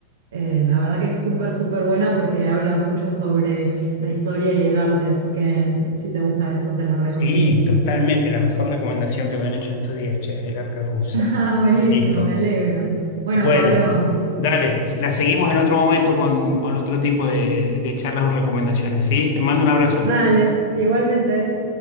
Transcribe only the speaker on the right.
Eh, la verdad que es súper, súper buena porque habla mucho sobre la historia y el arte. Así que si te gusta eso, te la recomiendo.
<laughs> Ah, buenísimo,
me alegro. Bueno,
Pablo,
dale, igualmente.